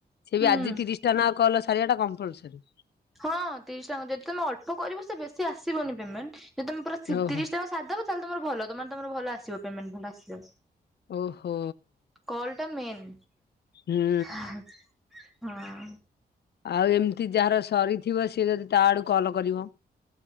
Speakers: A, on the left; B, in the centre.
A: ସେ
B: ହୁଁ
A: ବି ଆଜି ତିରିଶ ଟା ନ କଲ ସାରିଆ ଟା କମ୍ପଲସରି।
B: ହଁ ତିରିଶ ଟଙ୍କା ଯଦି ତମେ ଅଳ୍ପ କରିବ ସେ ବେଶୀ ଆସିବନି ପେମେଣ୍ଟ ଯଦି ତମେ ପୁରା
A: ଓହୋ
B: ତିରିଶ ଟା। ସାରଦବ ତାହେଲେ ତମର ଭଲ ତମମାନେ ତମର ଭଲ ଆସିବ ପେମେଣ୍ଟ ଭଲ ଆସିବ।
A: ଓହୋ।
B: କଲ୍ ଟା ମେନ୍
A: ହୁଁ
B: ହା ହଁ।
A: ଆଉ ଏମତି ଯାହାର ସରିଥିବ ସିଏ ଯଦି ତା ଆଡ଼ୁ କଲ କରିବ